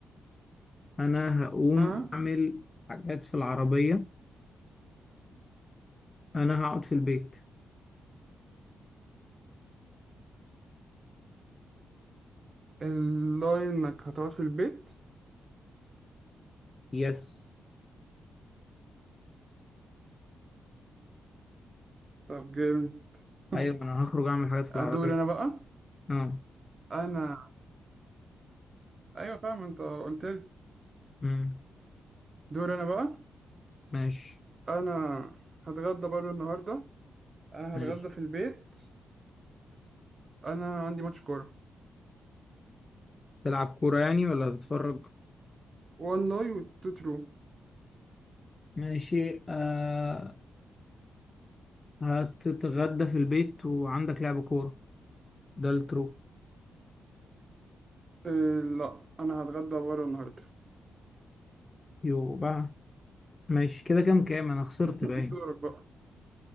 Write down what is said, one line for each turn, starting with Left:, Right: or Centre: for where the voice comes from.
Left: انا هقوم
Right: ها
Left: اعمل حاجات في العربية انا هقعد في البيت
Right: اللي انك هتقعد في البيت
Left: يس
Right: طب جامد <laughs>
Left: ايوه انا هخرج اعمل حاجات في
Right: ادور
Left: العربية
Right: انا بقى
Left: اه
Right: انا ايوه فاهم انت قلت لي
Left: امم
Right: دور انا بقى
Left: ماشي
Right: انا هتغدى بره النهارده انا
Left: ماشي
Right: هتغدى في البيت انا عندي ماتش كوره
Left: تلعب كورة يعني ولا هتتفرج
Right: وان لاي وتو ترو
Left: ماشي آه هتتغدى في البيت وعندك لعب كورة ده الترو
Right: إيه لا انا هتغدى بره النهارده
Left: يو بقى ماشي كده كام كام انا خسرت
Right: <laughs>
Left: باين
Right: دورك بقى